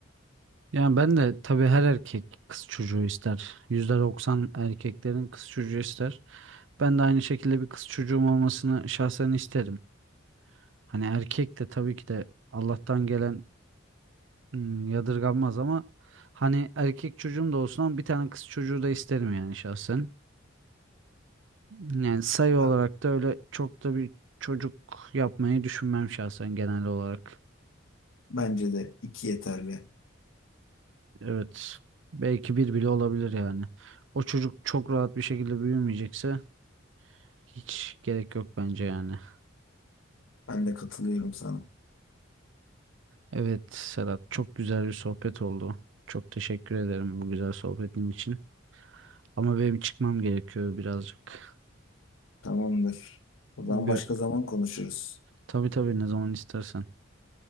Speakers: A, on the right (about 65°); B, on the left (about 80°).
A: Yani ben de tabii her erkek kız çocuğu ister. %90 erkeklerin kız çocuğu ister. Ben de aynı şekilde bir kız çocuğum olmasını şahsen isterim. Hani erkek de tabii ki de Allah'tan gelen hmm, yadırganmaz ama hani erkek çocuğum da olsun ama bir tane kız çocuğu da isterim yani şahsen. Yani sayı
B: Ya,
A: olarak da öyle çok da bir çocuk yapmayı düşünmem şahsen genel olarak.
B: bence de iki yeterli.
A: Evet. Belki bir bile olabilir yani. O çocuk çok rahat bir şekilde büyümeyecekse hiç gerek yok bence yani.
B: Ben de katılıyorum sana.
A: Evet Serhat çok güzel bir sohbet oldu. Çok teşekkür ederim bu güzel sohbetin için. Ama benim çıkmam gerekiyor birazcık.
B: Tamamdır. O zaman
A: Gör-
B: başka zaman konuşuruz.
A: tabii tabii ne zaman istersen.